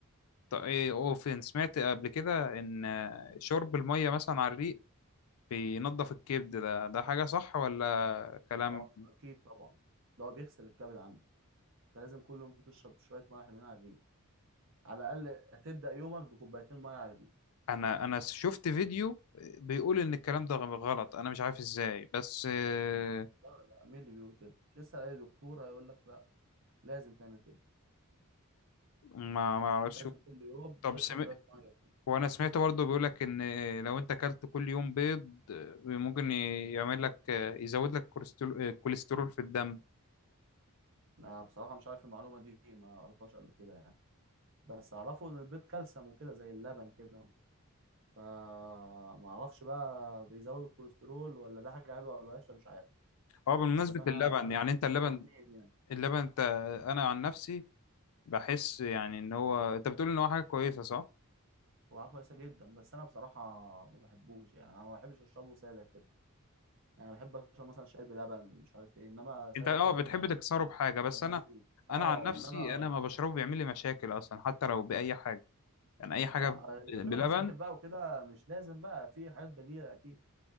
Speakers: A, on the left; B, on the right.
A: طب ايه او فين سمعت قبل كده ان شرب الميه مثلا على الريق بينضف الكبد ده ده حاجه صح ولا كلام
B: اه اكيد طبعا ده هو بيغسل الكبد عندك انت لازم كل يوم تشرب شويه ميه حلوين على الريق على الاقل هتبدا يومك بكوبايتين ميه على الريق
A: انا انا شفت فيديو بيقول ان الكلام ده غلط انا مش عارف ازاي بس آه،
B: لا لا مين اللي بيقول كده اسال اي دكتور هيقول لك لا لازم تعمل كده
A: ما ما اعرفش
B: لازم كل يوم
A: طب
B: تشرب
A: سمعت
B: شويه ميه
A: وانا سمعت برضو بيقولك ان لو انت اكلت كل يوم بيض ممكن يعمل لك يزود لك كوليسترول الكوليسترول في الدم
B: انا بصراحه مش عارف المعلومه دي ما قريتهاش قبل كده يعني بس اعرفه ان البيض كالسيوم وكده زي اللبن كده فما اعرفش بقى بيزود الكوليسترول ولا ده حاجه حلوه ولا وحشه مش عارف
A: اه بمناسبة
B: بس انا
A: اللبن يعني انت اللبن
B: بروتين يعني
A: اللبن انت انا عن نفسي بحس يعني ان هو انت بتقول ان هو حاجة كويسة صح
B: هو حاجه كويسه جدا بس انا بصراحه ما بحبوش يعني انا ما بحبش اشربه ساده كده يعني بحب اشرب مثلا شاي بلبن مش عارف ايه انما ساده
A: انت اه
B: كده
A: بتحب
B: ما
A: تكسره بحاجة بس
B: ماليش
A: انا
B: فيه اه
A: انا عن نفسي
B: ان انا
A: انا ما بشربه بيعمل لي مشاكل اصلا حتى لو باي حاجة يعني اي حاجة
B: لا
A: ب-
B: اللي
A: بلبن
B: بيعملوا مشاكل بقى وكده مش لازم بقى في حاجات بديله اكيد